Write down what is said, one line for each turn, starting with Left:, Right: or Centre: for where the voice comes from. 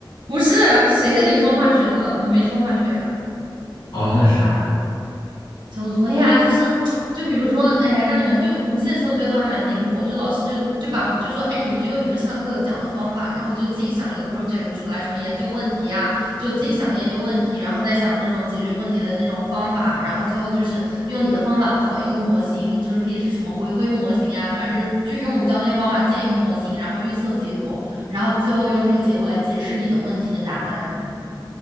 Right: 不是，谁跟你说化学了？我没说化学啊。
Left: 啊、那是啥？
Right: 小组作业啊，就是，就比如说，哎呀，让你们就我们现在小组作业都还蛮灵活，就老师就就把我们就说，哎，你们就你们上课讲的方法，然后就自己想一个 project 出来，什么研究问题啊，就自己想个研究问题，然后再想那种解决问题的那种方法，然后最后就是用你的方法跑一个模型，就是可以是什么回归模型啊，反正就是就用我们教那个方法建一个模型，然后预测结果，然后最后用这个结果来解释你的问题的答案。